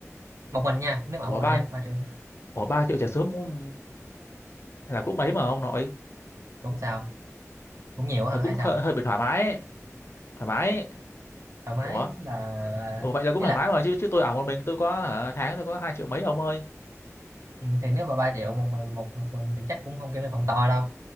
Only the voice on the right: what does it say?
một mình nha nếu mà
ở một mình
nha 3 triệu
<laughs> cũng sao cũng nhiều hả
hay sao
thoải mái
là, là
ý
là
ừ, thì nếu mà 3 triệu một mình một, một mình thì chắc cũng không kêu lên phòng to đâu